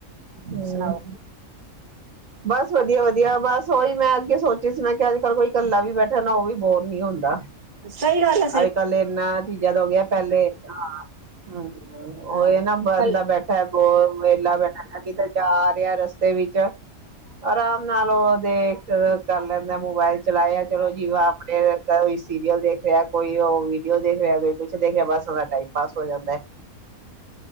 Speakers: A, on the right; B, on the right.
A: ਹੂੰ।
B: ਸੁਣਾਓ
A: ਬਸ ਵਧੀਆ-ਵਧੀਆ, ਬਸ ਉਹੀ ਮੈ ਅੱਗੇ ਸੋਚੀ ਸੀ ਮੈ ਕਿਹਾ ਅੱਜ-ਕੱਲ੍ਹ ਕੋਈ ਕੱਲਾ ਵੀ ਬੈ ਹੈਨਾ, ਉਹ ਵੀ ਬੋਰ ਨੀ ਹੁੰਦਾ।
B: ਸਹੀ ਗੱਲ ਐ।
A: ਅੱਜ-ਕੱਲ ਇੰਨਾ ਚੀਜ਼ਾਂ ਦਾ ਹੋ ਗਿਆ ਪਹਿਲੇ ਹਾਂ, ਹੂੰ। ਉਹ
B: ਹਾਂ
A: ਇਹ ਨਾ, ਬੰਦਾ
B: ਕੱਲ
A: ਬੈਠਾ ਬੋਰ ਵੇਹਲਾ ਬੈ ਐ ਵੀ ਤੇ ਜਾ ਰਿਹਾ ਰਸਤੇ ਵਿੱਚ, ਆਰਾਮ ਨਾਲ, ਉਹ ਦੇਖ ਕਰ ਲੈ। ਮੈਂ ਮੋਬਾਈਲ ਚਲਾਇਆ, ਚਲੋ ਜੀ ਵਾ, ਆਪੇ ਈ ਸੀਰੀਅਲ ਦੇਖ ਰਿਹਾ। ਕੋਈ ਉਹ ਵੀਡੀਓ ਦੇਖ ਰਿਹਾ, ਕੋਈ ਕੁਛ ਦੇਖ ਰਿਹਾ, ਬਸ ਉਹਦਾ ਟਾਈਮ ਪਾਸ ਹੋ ਜਾਂਦੈ।